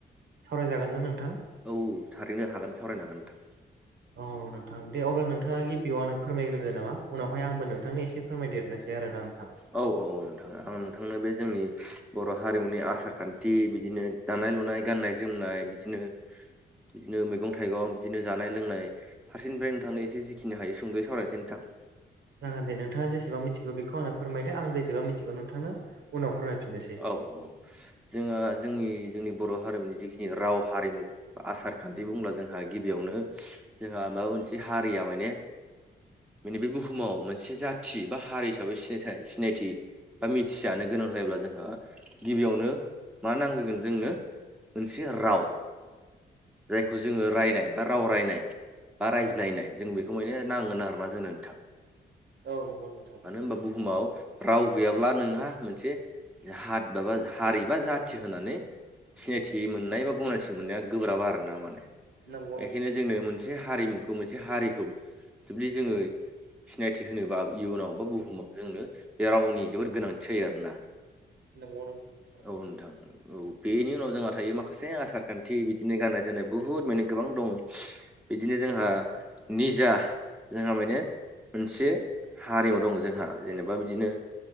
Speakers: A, on the right; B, in the centre.
A: सावराय जागोनना नोंथां?
B: औ थारैनो हागोन सावरायनो हागोन नोंथां।
A: औ नोंथां दे अब्ला नोंथाङा गिबियाव आनो फोरमायग्रोदो नामा। उनावहाय आंबो नोंथांनो एसे फोरमायदेरनोसै आरोना नोंथां।
B: औ औ औ नोंथां आं नोंथांनो बे जोंनि बर' हारिमुनि आसार खान्थि बिदिनो दानाय लुनाय गाननाय जोमनाय बिदिनो, बिदिनो मैगं थाइगं, बिदिनो जानाय लोंनाय। फारसेनिफ्राय नोंथांनो एसे जिखिनि हायो सुंदयै सावरायनोसै नोंथां।
A: जागोन दे नोंथाङा जेसेबां मिथिगौ बेखौ आंनो फोरमायदो। आं जेसेबां मिथिगौ नोंथांनो उनाव फोरमायफिननोसै।
B: औ औ जोंहा जोंनि जोंनि बर' हारिमुनि जिखिनि राव हारिमु आसार खान्थि बुंब्ला जोंहा गिबियावनो जोंहा माबा मोनसे हारिया माने बे बुहुमाव मोनसे जाथि बा हारि हिसाबै सिनाय-सिनायथि बा मिथिजानो गोनां जायोब्ला जोंहा गिबियावनो मा नांगोग्रोन जोंनो मोनसे राव। जायखौ जोङो रायनाय, बा राव रायनाय, बा रायज्लायनाय
A: औ
B: जों बेखौ खमैनो नांगोन आरो ना जोंनो नोंथां।
A: औ नंगौ नोंथां
B: मानो होमबा बुहुमाव राव गैयाब्ला नोंहा मोनसे जाहा माबा हारि बा जाथि होननानै सिनायथि मोननाय बा गनायथि मोननाया गोब्राबा आरोना माने
A: नंगौ नोंथां
B: एखायनो
A: नंगौ
B: जोंनो मोन से हारिमुखौ मोनसे हारिखौ जुदि जोङो सिनायथि होनोबा इयुनाव बा बुहुमाव जोंनो बे रावनि जोबोद गोनां सै आरो ना।
A: नंगौ नोंथां
B: औ नोंथां औ बेनि उनाव जोंहा थायो माखासे आसार खान्थि बिदिनो गाननाय जोनो बुहुद मोने गोबां दं। बिदिनो जोंहा निजा जोंहा माने मोनसे हारिमु दङ जोंहा जेनेबा बिदिनो